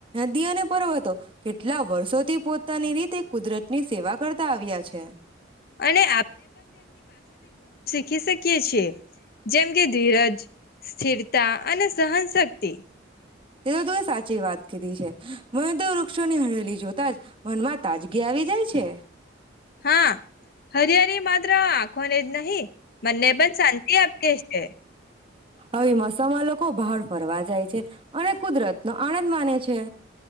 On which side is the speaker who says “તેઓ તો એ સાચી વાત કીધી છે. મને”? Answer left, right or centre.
Right